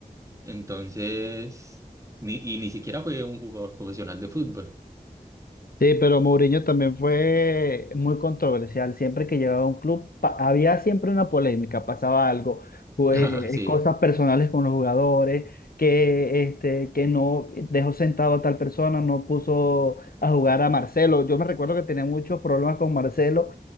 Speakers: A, on the right; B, on the left.
A: Entonces, ni, y ni siquiera fue un jugador profesional de fútbol.
B: Sí, pero Mourinho también fue muy controversial. Siempre que llegaba a un club, pa- había siempre una polémica, pasaba algo, pues,
A: <laughs> Sí,
B: eh, cosas personales con los jugadores, que, este, que no dejó sentado a tal persona, no puso a jugar a Marcelo. Yo me recuerdo que tenía muchos problemas con Marcelo